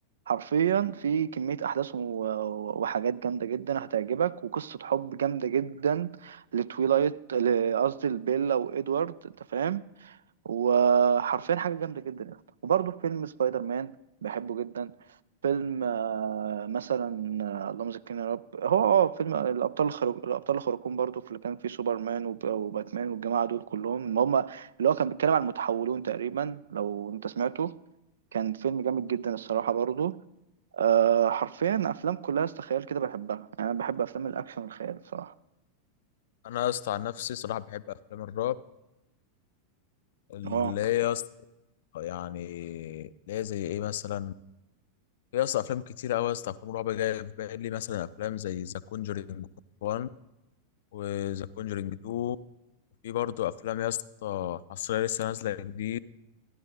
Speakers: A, on the right; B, on the left.
A: حرفيا في كميه احداث و- و- وحاجات جامده جدا هتعجبك وقصه حب جامده جدا لتويلايت ل- قصدي لبيلا وادوارد انت فاهم وحرفيا حاجة جامدة جدا يعني. وبرضه فيلم سبايدر مان بحبه جدا فيلم آه، مثلا آه، اللهم ذكرنا يا رب هو اه فيلم الابطال الخارق الابطال الخارقون برضو في اللي كان فيه سوبرمان وب- وباتمان والجماعه دول كلهم ما هم اللي هو كان بيتكلم عن المتحولون تقريبا لو انت سمعته كان فيلم جامد جدا الصراحه برضو أه حرفيا افلام كلها استخيال كده بحبها يعني انا بحب افلام الاكشن والخيال الصراحه
B: انا يا اسطى عن نفسي صراحه بحب افلام الرعب اللي
A: اه
B: هي يا اسطى يعني اللي هي زي ايه مثلا يا اسطى افلام كتير قوي يا اسطى افلام رعب جايه في بالي مثلا افلام زي ذا كونجرينج 1 وذا كونجرينج 2 وفي برضه افلام يا اسطى حصريه لسه نازله جديد